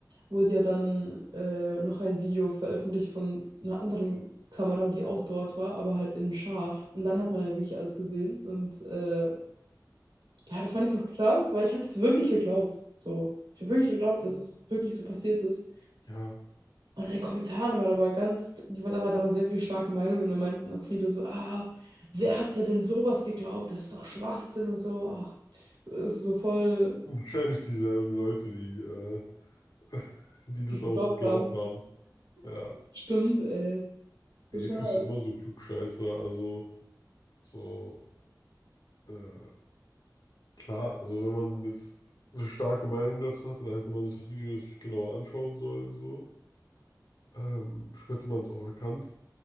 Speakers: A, on the right (about 75°); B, on the left (about 65°).
A: wurde ja dann äh, noch ein Video veröffentlicht von einer anderen Kamera, die auch dort war, aber halt in scharf. Und dann hat man ja wirklich alles gesehen. Und äh, ja, da fand ich es auch krass, weil ich habe es wirklich geglaubt. So, ich habe wirklich geglaubt, dass es wirklich so passiert ist.
B: Ja,
A: Und in den Kommentaren waren aber ganz, die, da war- da waren sehr viele starke Meinungen. Da meinten auch viele so, ah, wer hat dir denn sowas geglaubt? Das ist doch Schwachsinn und so. Ach, das ist so voll
B: <laughs> wahrscheinlich dieselben Leute, die, äh, <laughs> die das
A: geglaubt
B: auch geglaubt
A: haben.
B: haben. Ja.
A: Stimmt, ey. Total.
B: Jetzt gibt es ja immer so Klugscheißer, also so äh, Klar, also wenn man jetzt eine starke Meinung dazu hatte, dann hätte man sich das Video natürlich genauer anschauen sollen, so. Ähm, bestimmt hätte man es auch erkannt.